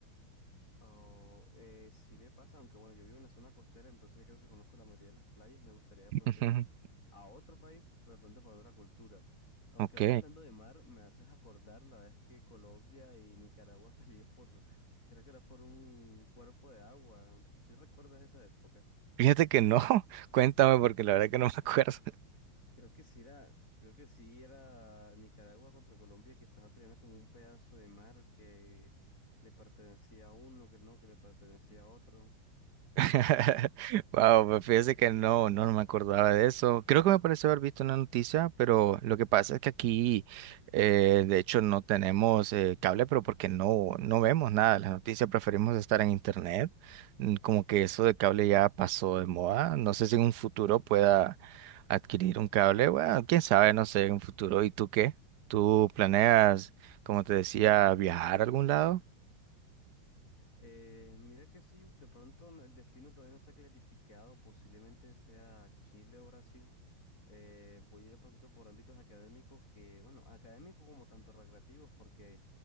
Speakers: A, on the left; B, on the right.
A: Oh, eh, sí me pasa, aunque bueno, yo vivo en la zona costera, entonces ya creo que conozco la mayoría de las playas. Me gustaría de
B: <laughs>
A: pronto ir a otro país, pero de pronto para otra cultura. Aunque
B: Ok.
A: ahora hablando de mar, me haces acordar la vez que Colombia y Nicaragua <laughs> peleó por, creo que era por un cuerpo de agua. ¿Sí recuerdas esa época?
B: Fíjate que no, <laughs> cuéntame porque la verdad que no me acuerdo.
A: Creo que sí era, creo que sí era Nicaragua contra Colombia que estaba peleando como un pedazo de mar que le pertenecía a uno, que no, que le pertenecía a otro.
B: <laughs> Wow, pues fíjese que no, no, no me acordaba de eso. Creo que me pareció haber visto una noticia, pero lo que pasa es que aquí, eh, de hecho, no tenemos eh, cable, pero porque no, no vemos nada de las noticias, preferimos estar en internet. Mm, Como que eso de cable ya pasó de moda. No sé si en un futuro pueda adquirir un cable. Bueno, quién sabe, no sé, en un futuro. ¿Y tú qué? ¿Tú planeas, como te decía, viajar a algún lado?
A: Eh, mira que sí, de pronto n- el destino todavía no está clarificado, posiblemente sea Chile o Brasil. Eh, voy de pronto por ámbitos académicos que, bueno, académicos como tanto recreativos, porque